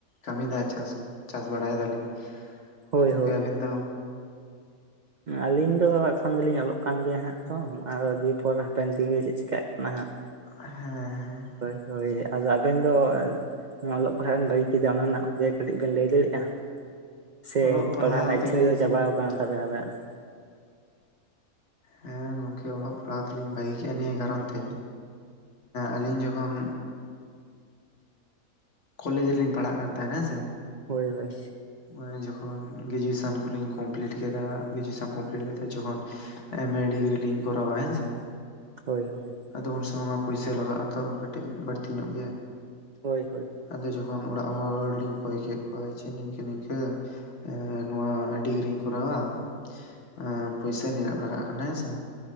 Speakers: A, on the left; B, on the right.
A: ᱠᱟᱹᱢᱤ ᱫᱟ ᱪᱟᱥ ᱪᱟᱥ ᱵᱟᱲᱟᱭ ᱫᱟᱞᱤᱧ
B: ᱦᱳᱭ
A: ᱜᱳᱝᱠᱮ ᱟᱹᱵᱤᱱ ᱫᱚ,
B: ᱟᱞᱤᱧ ᱫᱚ ᱮᱠᱷᱚᱱ ᱫᱚᱞᱤᱧ ᱚᱞᱚᱜ ᱠᱟᱱ ᱜᱮᱭᱟ ᱦᱟᱸᱜ ᱛᱚ ᱫᱤᱭᱮ ᱯᱚᱨ ᱦᱟᱯᱮᱱ ᱫᱤᱱ ᱜᱮ ᱪᱮᱫ ᱪᱮᱟᱹᱜ ᱠᱟᱱᱟ ᱦᱟᱸᱜ᱾
A: ᱦᱮᱸ ᱦᱮᱸ᱾
B: ᱦᱳᱭ ᱦᱳᱭ ᱟᱫᱚ ᱟᱵᱮᱱ ᱫᱚ᱾ ᱚᱞᱚᱜ ᱯᱟᱲᱦᱟᱜ ᱵᱤᱱ ᱵᱟᱹᱜᱤ ᱠᱮᱫᱟ ᱚᱱᱟ ᱨᱮᱱᱟᱜ ᱜᱮ ᱠᱟᱹᱴᱤᱡ ᱵᱮᱱ ᱞᱟᱹᱭ ᱫᱟᱲᱮᱭᱟᱜᱼᱟ᱾ ᱥᱮ
A: ᱚᱞᱚᱜ
B: ᱯᱟᱲᱦᱟᱣ ᱨᱮᱱᱟᱜ ᱤᱪᱪᱷᱟᱹ
A: ᱫᱚᱞᱤᱧ
B: ᱫᱚ ᱪᱟᱵᱟᱣ ᱠᱟᱱ ᱛᱟᱵᱮᱱᱟ ᱟᱵᱮᱱᱟᱜ ᱫᱚ᱾
A: ᱦᱮᱸ ᱜᱚᱝᱠᱮ ᱚᱞᱚᱜ ᱯᱟᱲᱦᱟᱣ ᱫᱚᱞᱤᱧ ᱵᱷᱟᱜᱤ ᱠᱮᱜᱼᱟ ᱱᱤᱭᱟᱹ ᱠᱟᱨᱚᱱ ᱛᱮ ᱟᱹᱞᱤᱧ ᱡᱚᱠᱷᱚᱱᱼᱼ ᱠᱚᱞᱮᱡᱽ ᱨᱮᱞᱤᱧ ᱯᱟᱲᱦᱟᱜ ᱠᱟᱱ ᱛᱟᱦᱮᱸᱱᱟ ᱦᱮᱸᱥᱮᱼᱼ
B: ᱦᱳᱭ ᱦᱳᱭ᱾
A: ᱱᱚᱭ ᱡᱚᱠᱷᱚᱱ ᱜᱨᱮᱡᱩᱭᱮᱥᱚᱱ ᱠᱚᱞᱤᱧ ᱠᱚᱢᱯᱤᱞᱤᱴ ᱠᱮᱫᱟ ᱜᱨᱮᱡᱩᱭᱮᱥᱚᱱ ᱠᱚᱢᱯᱞᱤᱴ ᱠᱟᱛᱮ᱾ ᱡᱚᱠᱷᱱ ᱮᱢ ᱮ ᱰᱤᱜᱽᱨᱤ ᱞᱤᱝ ᱠᱚᱨᱟᱣ ᱟ ᱦᱮᱸᱥᱮᱸᱼᱼ
B: ᱦᱳᱭ ᱦᱳᱭ᱾
A: ᱟᱫᱚ ᱩᱱ ᱥᱩᱢᱳᱭ ᱢᱟ ᱯᱩᱭᱥᱟ ᱞᱟᱜᱟᱜ ᱟᱛᱚ ᱠᱟᱹᱴᱤᱡ ᱵᱟᱹᱲᱛᱤ ᱧᱚᱜ ᱜᱮ ᱾
B: ᱦᱳᱭ ᱦᱳᱭ ᱾
A: ᱟᱫᱚ ᱡᱚᱠᱷᱚᱱ ᱚᱲᱟᱜ ᱦᱚᱲᱞᱤᱧ ᱠᱚᱭ ᱠᱮᱫ ᱠᱚᱣᱟ ᱡᱮ ᱱᱤᱝᱠᱟᱹ ᱱᱤᱝᱠᱟᱹ ᱾ ᱮ ᱱᱚᱣᱟ ᱰᱤᱜᱽᱨᱤᱧ ᱠᱚᱨᱟᱣᱟ ᱾ ᱯᱩᱭᱥᱟᱹ ᱱᱤᱱᱟᱹᱜ ᱞᱟᱜᱟᱜ ᱠᱟᱱᱟ ᱦᱮᱸᱥᱮᱸ᱾